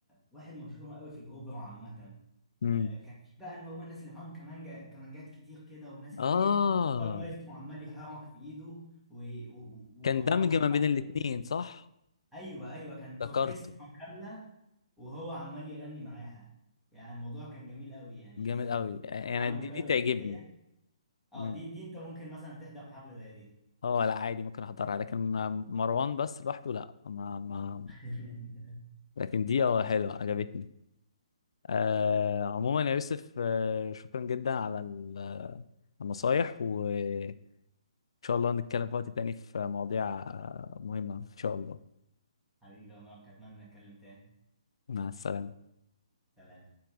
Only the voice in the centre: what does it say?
واحد مشهور قوي في الاوبرا عامه
آه كان في بقى ان هم الناس اللي معاهم كمانجا كمانجات كتير كده وناس
كتير هو المايسترو عمال يحرك في ايده و- و- ومروان
بابا
عمال يغني.
ايوه ايوه كان اوركسترا
كامله وهو عمال يغني معاها يعني الموضوع كان جميل قوي يعني
<laughs>
عملوا
كذا
اغنيه اه
دي دي انت ممكن مثلا تحضر حفله زي دي
<laughs>
حبيبي يا مروان أتمنى نتكلم تاني
سلام